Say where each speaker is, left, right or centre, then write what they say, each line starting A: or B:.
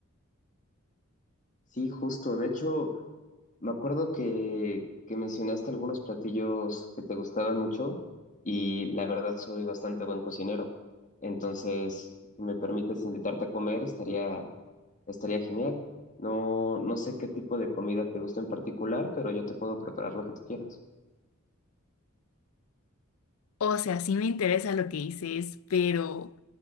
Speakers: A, on the left; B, on the left.
A: Sí, justo. De hecho, me acuerdo que, que mencionaste algunos platillos que te gustaban mucho y la verdad soy bastante buen cocinero. Entonces, si me permites invitarte a comer, estaría, estaría genial. No, no sé qué tipo de comida te gusta en particular, pero yo te puedo preparar lo que tú quieras.
B: O sea, sí me interesa lo que dices, pero